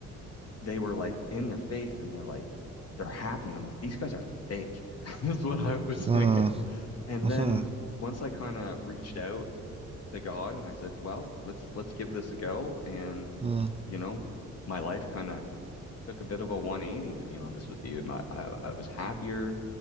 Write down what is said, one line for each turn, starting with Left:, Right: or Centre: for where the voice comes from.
Left: they were like in their faith and they're like they're happy and I'm like these guys are fake. <laughs> That's what I was thinking.
Right: Mm,
Left: And
Right: mm-hmm,
Left: then once I kind of reached out to God and I said, well, let's let's give this a go and
Right: mm,
Left: you know, my life kind of took a bit of a 180 to be honest with you. My, I, I was happier.